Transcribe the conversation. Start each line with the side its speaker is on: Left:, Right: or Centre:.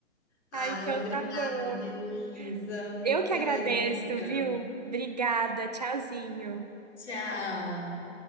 Left: Ah,
Right: Ah, então
Left: obrigada,
Right: tá bom.
Left: Heloísa,
Right: Eu que
Left: pela
Right: agradeço,
Left: dica.
Right: viu? Obrigada, tchauzinho.
Left: Tchau.